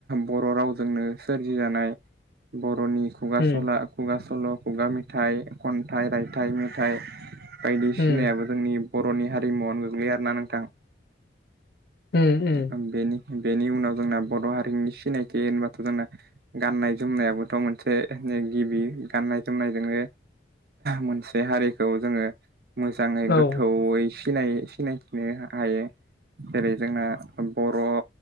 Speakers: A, on the right; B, on the left.
A: बर' रावजोंनो सोरजि जानाय ब- र'नि खुगा
B: उम
A: सला खुगा सल' खुगा मेथाइ खन्थाइ रायथाइ मेथाइ बायदिसिनायाबो
B: उम
A: जोंनि बर'नि हारिमुवावनो गोग्लैयो आरोना नोंथां
B: उम उम
A: आं बेेनि बेनि उनाव जोंना बर' हारिनि सिनायथि होनबाथ' जोंना गाननाय जोमनायाबोथ' मोनसे गिबि गाननाय जोमनायजोंनो मोनसे हारिखौ जोङो मोजाङै
B: औ
A: गोथौयै
B: ओ
A: सिनाय सिनायथिनो हायो जेरै जोंना बर'